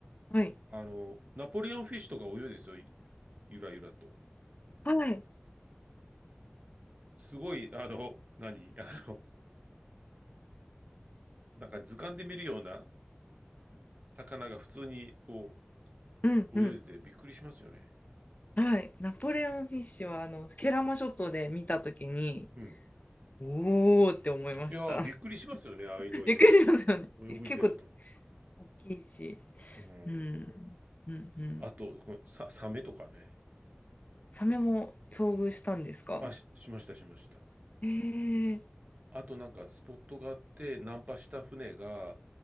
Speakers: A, on the left; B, on the right.
A: はい、
B: あの、ナポレオンフィッシュとか泳いでるんですよ、ゆゆらゆらと。
A: はい、
B: すごい、あの、何あの、なんか図鑑で見るような魚が普通にこ
A: うん、
B: う、
A: うん、
B: 泳いでてびっくりしますよね。
A: はい。ナポレオンフィッシュは、あの、ケラマ諸島で見たときに、
B: うん。
A: おーって思いました。
B: いやー、びっくりしますよね、ああいうのをよ、
A: <laughs> びっくりしますよね。
B: 泳いでると。
A: 結構大きいし。
B: うん。
A: うん。うんうん。
B: あと、このサ、サメとかね。
A: サメも遭遇したんですか
B: あ、し、しました、しました。
A: えー、
B: あとなんかスポットがあって、ナンパした船が、